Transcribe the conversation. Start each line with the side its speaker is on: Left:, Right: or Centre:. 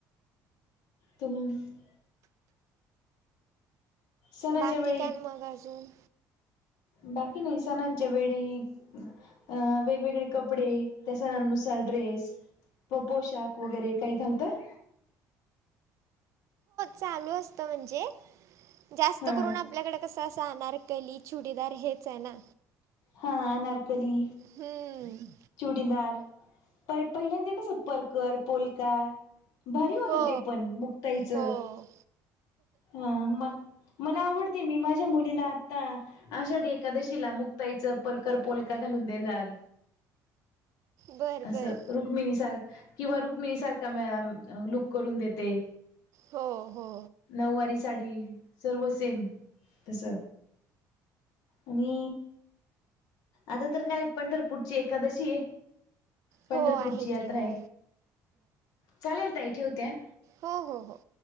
Left: तुून <unintelligible> सणाच्या
Right: बाकी
Left: वेळी
Right: काही मग अजून.
Left: बाकी नाही सनांच्या वेडी. अ वेगवेगळे कपडे त्या सनानुसार ड्रेस व पोशाख वगैरे काही घालतं.
Right: चालु असत. म्हणजे, जास्त
Left: हा
Right: करून आपल्याकडे कस आस अनारकली चुडीदार हेच आहे ना.
Left: हा आनारकली.
Right: हम्म.
Left: चुडीदार परे पहिल्यांदा कसं पलकर, पोलका भारी होत
Right: हो
Left: ते पण मुक्ताईचं.
Right: हो
Left: हा मल मला आवडते. मी माझ्या मुलीला आता आषाढी एकादशीला मुक ताईच परकर पोलका घालून देणार.
Right: बरं
Left: असं
Right: बरं
Left: रुक्मिणी सार किंवा रुक्मिणी सारखा लुक करून देते.
Right: हो हो.
Left: नऊवारी साडी सर्व सेम तस. आणि आता तर काय पंढरपूरची एकादशी आहे. पंढरपूरची
Right: हो आहे
Left: यात्रा
Right: की हो
Left: आहे. चालेल ताई ठेवते हा.
Right: हो हो हो हो.